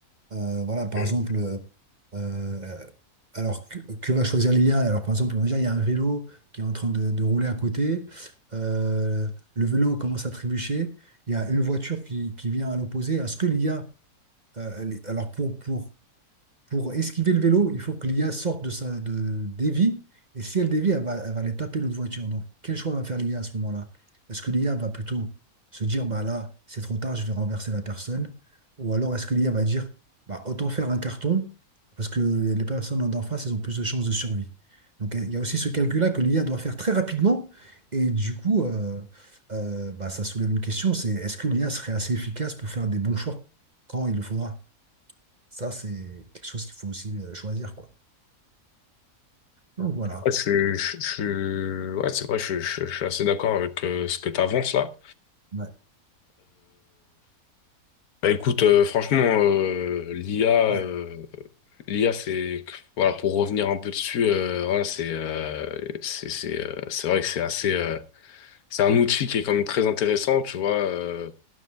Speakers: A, on the right; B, on the left.
A: Euh, voilà, par
B: Mm.
A: exemple, euh, euh, alors que, que va choisir l'IA? Alors, par exemple, on va dire, il y a un vélo qui est en train de, de rouler à côté. Euh, le vélo commence à trébucher. Il y a une voiture qui, qui vient à l'opposé. Est-ce que l'IA. Euh, les- alors, pour, pour pour esquiver le vélo, il faut que l'IA sorte de sa de, dévie. Et si elle dévie, elle va, elle va aller taper l'autre voiture. Donc, quel choix va faire l'IA à ce moment-là? Est-ce que l'IA va plutôt se dire, bah là, c'est trop tard, je vais renverser la personne? Ou alors, est-ce que l'IA va dire, bah autant faire un carton, parce que les personnes en face, elles ont plus de chances de survie. Donc, il y a aussi ce calcul-là que l'IA doit faire très rapidement. Et du coup, euh, euh, bah, ça soulève une question, c'est est-ce que l'IA serait assez efficace pour faire des bons choix quand il le faudra? Ça, c'est quelque chose qu'il faut aussi euh, choisir, quoi. Donc voilà.
B: Ouais, je, je, je- ouais, c'est vrai, je, je- je suis assez d'accord avec euh, ce que tu avances là.
A: Ouais,
B: Bah écoute, euh, franchement, euh, l'IA,
A: ouais,
B: euh, l'IA, c'est voilà pour revenir un peu dessus, euh, voilà, c'est euh, c'est c'est euh, c'est vrai que c'est assez, euh, c'est un outil qui est quand même très intéressant, tu vois. euh,